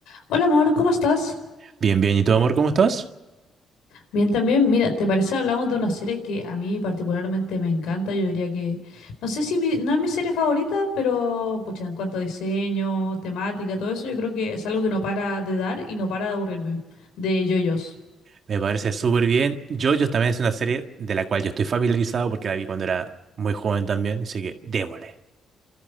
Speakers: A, on the left (about 85°); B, on the right (about 50°).
A: Hola amor, ¿cómo estás?
B: Bien, bien. ¿Y tú, amor, cómo estás?
A: Bien también. Mira, ¿te parece hablamos de una serie que a mí particularmente me encanta? Yo diría que, no sé si mi- no es mi serie favorita, pero pucha, en cuanto a diseño, temática, todo eso, yo creo que es algo que no para de dar y no para de aburrirme. De JoJo's.
B: Me parece súper bien. JoJo's también es una serie de la cual yo estoy familiarizado porque la vi cuando era muy joven también, así que démosle.